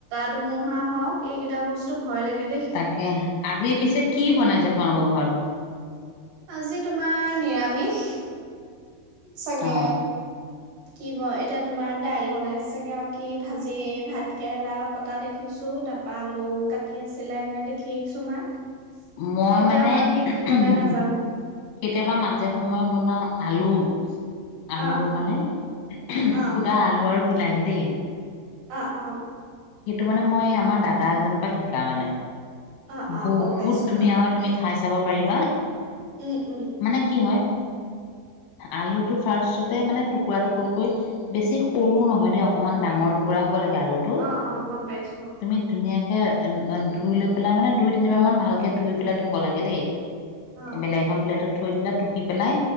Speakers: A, on the right (about 65°); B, on the left (about 80°).
A: ধুমুহা হওক এইকেইটা বস্তু ভয় লাগে দেই
B: তাকে আজি পিছে কি বনাইছে তোমালোকৰ ঘৰত।
A: আজি তোমাৰ নিৰামিষ। চাগে
B: অ
A: কি ব এতিয়া তোমাৰ দাইল বনাই চাগে আৰু কি ভাজি ভাত কেৰেলা কটা দেখিছো তাৰ পৰাা আলু কাটি আছিলে এনেকে দেখি আহিছো মাক
B: মই
A: এতিয়া
B: মানে
A: বাকী কি বনাই নাজানো।
B: কেতিয়াবা মাজে সময়ে বনাও আলু। আলুৰ
A: অ অ
B: মানে সুধা
A: অ
B: আলু আৰু বিলাহী আহি দেই।
A: অ' অ'।
B: সেইটো মানে মই আমাৰ দাদা এজনৰ পৰা শিকা মানে।
A: অ অ
B: বহুত
A: গম পাইছো
B: ধুনীয়া হয় তুমি খাইছা। যাব পাৰিবা।
A: উম উম
B: মানে কি হয় আলু টো ফাৰ্ষ মানে টুকুৰা টুকুৰকৈ বেছি সৰু নহয় দেই অকমান ডাঙৰ টুকুৰা। হ'ব লাগে আলুতো
A: অ অ গম পাইছো
B: তুমি ধুনীয়াকে। ধুই লৈ পেলাই মানে দুই তিনিবাৰ মান ভালকে ধুই পেলাই থব লাগে দেই
A: অ
B: এইবেলেগ এখন প্লেটত থৈ দিলে টুকি পেলাই